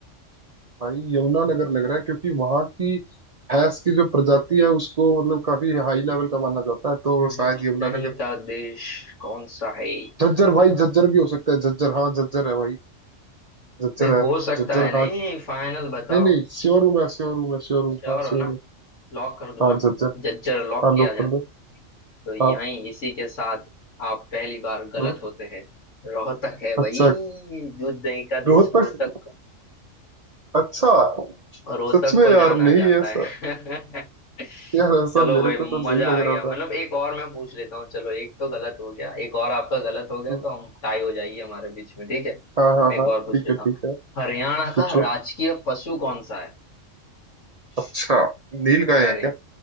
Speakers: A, on the right (about 40°); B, on the left (about 70°).
A: भाई यमुनानगर लग रहा है क्योंकि वहां की भैंस की जो प्रजाति है उसको मतलब काफी हाई लेवल का माना जाता है तो
B: दूध
A: शायद यमुनानगर
B: दही का देश कौन सा है
A: झज्जर भाई झज्जर भी हो सकता है झज्जर हाँ झज्जर है भाई झज्जर
B: भाई हो
A: है
B: सकता
A: झज्जर
B: है नहीं
A: हाँ
B: फाइनल बताओ
A: नहीं नहीं श्योर हूँ मैं श्योर हूँ मैं श्योर हूँ
B: श्योर
A: हाँ
B: हो
A: श्योर
B: ना
A: हूँ
B: लॉक कर दूं
A: हाँ
B: ना
A: झज्जर
B: झज्जर लॉक
A: हाँ
B: किया
A: लोग
B: जाए
A: कर दो
B: तो यहीं
A: हाँ
B: इसी के साथ आप पहली बार गलत
A: हम्म,
B: होते हैं रोहतक है भाई
A: अच्छा
B: दूध दही का
A: रोहतक
B: देश रोहतक
A: अच्छा
B: रोहतक
A: सच में
B: को
A: यार
B: जाना
A: नहीं
B: जाता
A: ऐसा
B: है <laughs>
A: यार ऐसा
B: चलो
A: मेरे
B: भाई
A: को तो
B: मजा
A: नहीं
B: आ
A: लग
B: गया
A: रहा
B: मतलब
A: था
B: एक और मैं पूछ लेता हूँ चलो एक तो गलत हो गया एक और आपका गलत हो गया
A: हम्म,
B: तो हम टाई हो जाएगी हमारे बीच में ठीक है
A: हाँ हाँ
B: मैं एक
A: हाँ
B: और
A: ठीक
B: पूछ लेता
A: है
B: हूँ
A: ठीक है
B: हरियाणा
A: पूछो
B: का राजकीय पशु कौन सा है
A: अच्छा नीलगाय
B: अरे
A: है क्या